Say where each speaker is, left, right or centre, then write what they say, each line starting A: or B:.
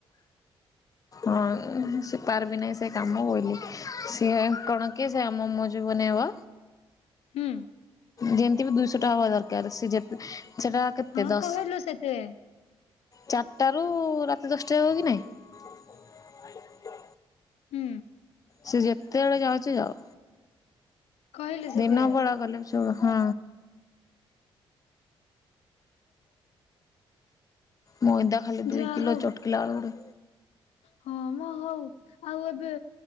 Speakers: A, on the left (about 35°); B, on the left (about 80°).
A: ହଁ ସେ ପାରବି ନାଇଁ ସେ କାମ ବୋଲି ସିଏ କଣକି ସେ ଆମ ମୋ ଜୀବନେ ହବ
B: ହୁଁ
A: ଯେମିତି ବି ଦୁଇଶହ ଟା ହବା ଦରକାର ସେ ଯେତେ ସେଟା କେତେ
B: ହଁ
A: ଦଶ
B: କହିଲୁ ସେତେବେଳେ
A: ଚାରିଟାରୁ ରା ଚି ଦଶଟା ହବ କି ନାଇଁ।
B: ହୁଁ।
A: ସେ ଯେତେବେଳେ ଯାଉଚି ଯାଉ।
B: କହିଲୁ ସେତେବେଳେ
A: ଦିନ ବଡ କଲେ ଚଳ ହଁ। ମଇଦା ଖାଲି ଦୁଇ
B: ଯାହା
A: କିଲୋ
B: ହଉ
A: ଚଟକିଲା ଆଳୁରେ
B: ହଁ ମ ହଉ ଆଉ ଏବେ